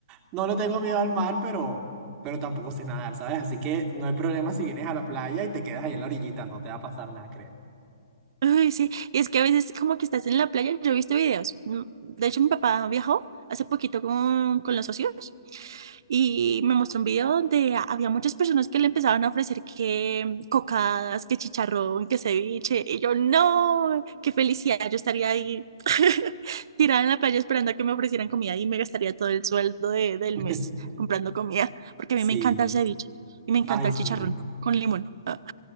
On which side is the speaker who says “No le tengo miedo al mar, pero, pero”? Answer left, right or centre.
Right